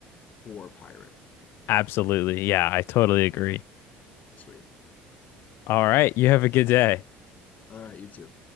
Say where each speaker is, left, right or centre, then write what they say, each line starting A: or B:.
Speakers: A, on the left; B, on the left.
A: four pirate
B: Absolutely. Yeah, I totally agree.
A: sweet
B: All
A: cool
B: right. You have a good day.
A: all right you too